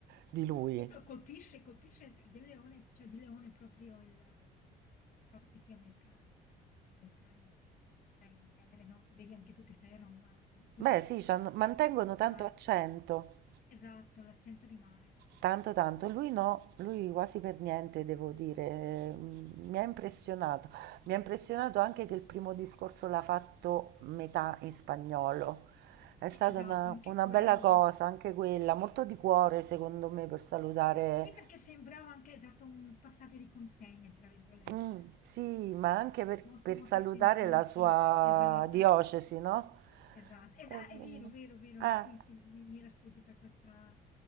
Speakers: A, on the right; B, on the left.
A: di lui.
B: Sì, però colpisce, colpisce del leone, cioè di leone proprio il, ehm, il fatto che sia americano, perché gli americani, sai, in genere, no? Vedi anche tu che stai a Roma con i turisti,
A: Beh, sì, c'hanno- mantengono
B: insomma,
A: tanto accento.
B: esatto, l'accento rimane.
A: Tanto, tanto, lui no, lui quasi per niente, devo dire, Mm, mi ha impressionato. Mi ha impressionato anche che il primo discorso l'ha fatto metà in spagnolo. È stata
B: Sì, esatto,
A: una,
B: anche
A: una
B: quello.
A: bella cosa, anche quella, molto di cuore secondo me per salutare,
B: Sì, perché sembrava anche esatto un passaggio di consegne, tra virgolette.
A: Mm, sì, ma anche per, per
B: Molto, molto
A: salutare
B: sentito,
A: la sua
B: esatto.
A: diocesi, no?
B: Esatto, esa
A: Eh,
B: è vero, vero, vero,
A: ah,
B: sì, sì, mi mi era sfuggita questa